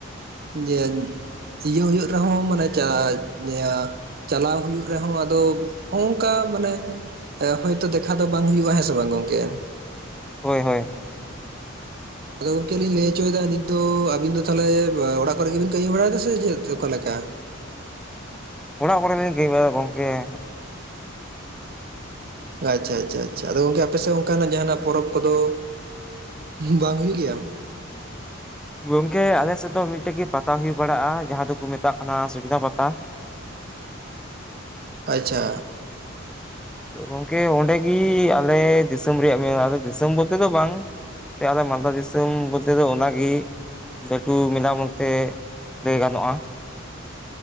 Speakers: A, on the right; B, in the centre.
A: ᱡᱮ ᱦᱤᱡᱩᱜ ᱦᱩᱭᱩᱜ ᱨᱮᱦᱚᱸ ᱢᱟᱱᱮ ᱪᱟᱡ ᱤᱭᱟᱹ ᱪᱟᱞᱟᱣ ᱦᱩᱭᱩᱜ ᱨᱮᱦᱚᱸ ᱟᱫᱚ, ᱚᱦᱚᱝᱠᱟ ᱢᱟᱱᱮ ᱦᱚᱭᱛᱚ ᱫᱮᱠᱷᱟ ᱫᱚ ᱵᱟᱝ ᱦᱩᱭᱩᱜᱼᱟ ᱦᱮᱸ ᱥᱮ ᱵᱟᱝ ᱜᱚᱢᱠᱮ?
B: ᱦᱚᱭ ᱦᱚᱭ
A: ᱟᱫᱚ ᱜᱚᱢᱠᱮ ᱞᱤᱧ ᱞᱟᱹᱭ ᱚᱪᱚᱭᱮᱫᱟ ᱱᱤᱛ ᱫᱚ ᱟᱵᱤᱱ ᱫᱚ ᱛᱟᱦᱚᱞᱮ ᱚᱲᱟᱜ ᱠᱚᱨᱮᱜᱮᱵᱤᱱ ᱠᱟᱹᱢᱤ ᱵᱟᱲᱟᱭᱮᱫᱟ ᱥᱮ ᱪᱮᱫ ᱚᱠᱟ ᱞᱮᱠᱟ?
B: ᱚᱲᱟᱜ ᱠᱚᱨᱮ ᱞᱤᱧ ᱠᱟᱹᱢᱤ ᱵᱟᱲᱟᱭ ᱜᱚᱢᱠᱮ ᱾
A: ᱟᱪᱪᱷᱟ ᱟᱪᱪᱷᱟ ᱟᱪᱪᱷᱟ ᱟᱫᱚ ᱜᱚᱢᱠᱮ ᱟᱯᱮᱥᱮᱫ ᱚᱱᱠᱟᱱᱟᱜ ᱡᱟᱦᱟᱱᱟᱜ ᱯᱚᱨᱚᱵᱽ ᱠᱚᱫᱚ? ᱵᱟᱝ ᱦᱩᱭᱩᱜ ᱜᱮᱭᱟ ᱾
B: ᱜᱚᱢᱠᱮ ᱟᱞᱮᱥᱮᱫ ᱫᱚ ᱢᱤᱫᱴᱟᱝ ᱜᱮ ᱯᱟᱛᱟ ᱦᱩᱭ ᱵᱟᱲᱟᱜᱼᱟ ᱡᱟᱦᱟᱸ ᱫᱚᱠᱚ ᱢᱮᱛᱟᱜ ᱠᱟᱱᱟ ᱥᱤᱞᱫᱟᱹ ᱯᱟᱛᱟ ᱾
A: ᱟᱪᱷᱟ
B: ᱜᱚᱢᱠᱮ ᱚᱸᱰᱮᱜᱮ ᱟᱞᱮ ᱫᱤᱥᱚᱢ ᱨᱮᱭᱟᱜ ᱢᱮᱞᱟ, ᱫᱤᱥᱚᱢ ᱵᱚᱞᱛᱮ ᱫᱚ ᱵᱟᱝ ᱟᱞᱮ ᱢᱟᱞᱫᱟ ᱫᱤᱥᱚᱢ ᱵᱚᱞᱛᱮ ᱫᱚ ᱚᱱᱟ ᱜᱤ ᱾ ᱞᱟᱹᱴᱩ ᱢᱮᱞᱟ ᱵᱚᱱᱛᱮ ᱞᱟᱹᱭ ᱜᱟᱱᱚᱜᱼᱟ ᱾